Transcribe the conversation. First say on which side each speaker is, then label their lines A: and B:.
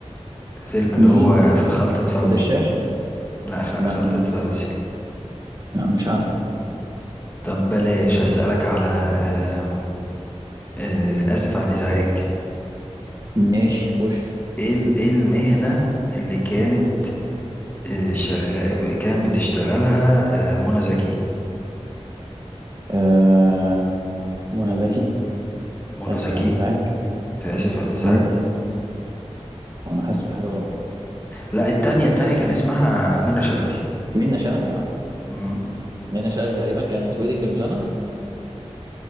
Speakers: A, on the left (about 15°); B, on the right (about 35°).
A: فيلم اللي
B: نهين
A: هو في خلطة فوزي
B: الدشاش
A: لا خ-
B: لا
A: خلطة
B: ما
A: فوزي
B: لا مش عارفه
A: طب بلاش هسألك على آم، آه، اسف على الازعاج
B: ماشي خش
A: ايه ال- ايه المهنة اللي كانت آه، شغال كانت بتشتغلها آه، منى زكي
B: آه منى زكي
A: منى
B: اسف
A: زكي
B: على الازعاج
A: فآسف على الإزعاج
B: منى انا حاسس في حاجه غلط
A: لا التانية التانية كان اسمها منى شلبي
B: منى شلبي يا عم
A: مم.
B: منى شلبي تقريبا كانت ويدنج بلانر